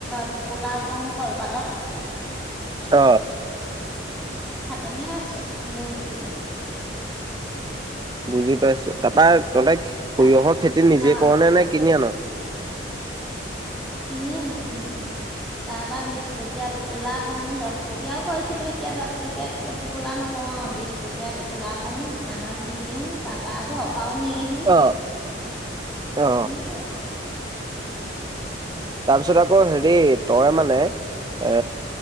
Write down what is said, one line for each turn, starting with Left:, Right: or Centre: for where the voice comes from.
Centre: টোপোলা কৰো কলপাতত।
Right: অ।
Centre: খাটনি আছে বহুত খিনি।
Right: বুজি পাইছো তাৰপৰা তহতে সৰিয়হৰ
Centre: তা-
Right: খেতি নিজে
Centre: অ'
Right: কৰ নে নে কিনি আন?
Centre: কিনি আনোঁ কিনি আনোঁ। তাৰ পৰা বিশ টকীয়া টোপোলা কৰোঁ, দহ টকীয়াও কৰিছিলোঁ, এতিয়া দহ টকীয়া টোপোলা নকৰোঁ, বিশ টকীয়া টোপোলা কৰোঁ। দোকানত দি দিওঁ তাৰ পৰা আকৌ পাও, নিয়েহি।
Right: অ', অ
Centre: তেনেকেই আও।
Right: তাৰ পিছত আকৌ হেৰি, তই মানে, এ,